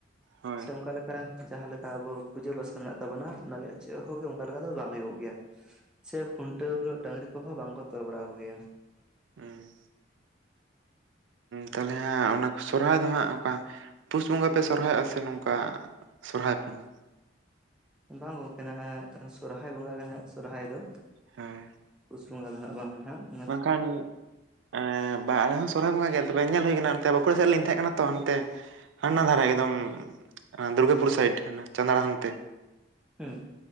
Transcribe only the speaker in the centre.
ᱥᱮ ᱚᱱᱠᱟ ᱞᱮᱠᱟ ᱡᱟᱦᱟᱸ ᱞᱮᱠᱟ ᱟᱵᱚ ᱯᱩᱡᱟᱹ ᱵᱟᱥᱟ ᱢᱮᱱᱟᱜ ᱛᱟᱵᱚᱱᱟ ᱚᱱᱟ ᱨᱮᱭᱟᱜ ᱪᱮᱫ ᱦᱚᱸ ᱚᱱᱠᱟ ᱞᱮᱠᱟ ᱫᱚ ᱵᱟᱝ ᱦᱩᱭᱩᱜ ᱜᱮᱭᱟ᱾ ᱥᱮ ᱠᱷᱩᱱᱴᱟᱹᱣ <unintelligible> ᱰᱟᱹᱝᱨᱤ ᱠᱚᱦᱚᱸ ᱵᱟᱝᱠᱚ ᱛᱚᱞ ᱵᱟᱲᱟ ᱠᱚᱜᱮᱭᱟᱴ
ᱵᱟᱝ ᱜᱚᱝᱠᱮ ᱱᱟᱜᱼᱟᱭ ᱥᱚᱨᱦᱟᱭ ᱵᱚᱸᱜᱟ ᱜᱮ ᱦᱟᱸᱜ ᱥᱚᱨᱦᱟᱭ ᱫᱚ
ᱵᱚᱸᱜᱟ ᱫᱚᱦᱟᱜ ᱵᱟᱝ ᱱᱟᱸᱜ
ᱦᱩᱸ